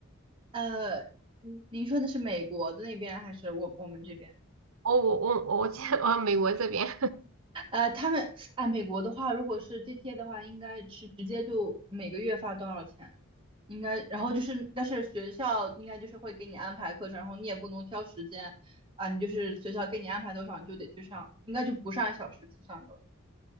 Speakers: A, on the right; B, on the right.
A: 呃，你您说的是美国的那边还是我我们这边？
B: 哦，我我我记得 <laughs> 哦，美国这边
A: 呃，他们啊，美国的话，如果是 GTA 的话，应该是直接就每个月发多少钱，应该，然后就是，但是学校应该就是会给你安排课程，然后你也不能挑时间啊，你就是学校给你安排多少，你就得去上，应该就不是按小时计算的了，